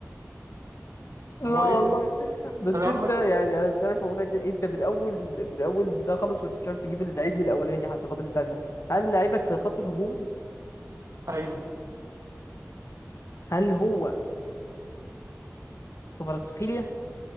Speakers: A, on the left; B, on the right.
A: لا
B: هو إيه
A: والله
B: ده
A: بس
B: طب يا عم
A: انت يعني انا مش عارف اقول لك ايه انت من اول من اول ده خلص وانت مش عارف تجيب اللعيب الاولاني حتى طب استنى هل لعيبك في خط الهجوم
B: أيوه
A: هل هو كفاراتسخيليا